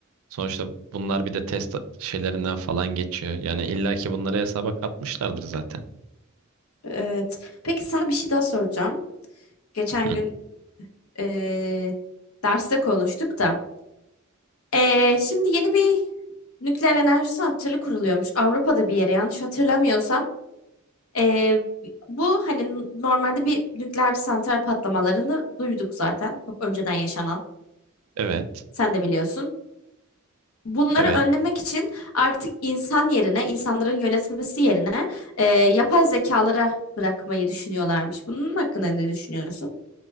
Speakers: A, on the right; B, on the left.
A: sonuçta bunlar bir de test şeylerinden falan geçiyor. Yani illaki bunları hesaba katmışlardır zaten.
B: Evet. Peki sana bir şey daha soracağım. Geçen
A: Hı.
B: gün e, derste konuştuk da. E, şimdi yeni bir nükleer enerji santrali kuruluyormuş. Avrupa'da bir yere yanlış hatırlamıyorsam. E, bu hani n- normalde bir nükleer santral patlamalarını duyduk zaten. Çok önceden yaşanan.
A: Evet,
B: Sen de biliyorsun. Bunları
A: evet.
B: önlemek için artık insan yerine, insanların yönetmesi yerine e, yapay zekalara bırakmayı düşünüyorlarmış. Bunun hakkında ne düşünüyorsun?